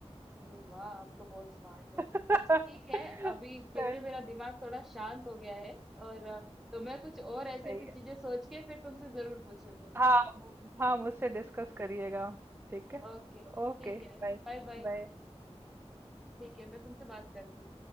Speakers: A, in the centre; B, on the right.
A: अरे वाह आप तो बहुत स्मार्ट है
B: <laughs>
A: अच्छा ठीक है अभी क्योंकि
B: सही
A: मेरा दिमाग थोड़ा शांत हो गया है और अ, तो मैं कुछ और ऐसी
B: सही
A: ऐसी
B: है
A: चीजें सोच के फिर तुमसे जरूर पूछूंगी
B: हाँ हाँ मुझसे डिस्कस करिएगा ठीक है
A: ओके ठीक
B: Okay bye
A: है Bye bye
B: बाय
A: ठीक है, मैं तुमसे बात करती हूँ।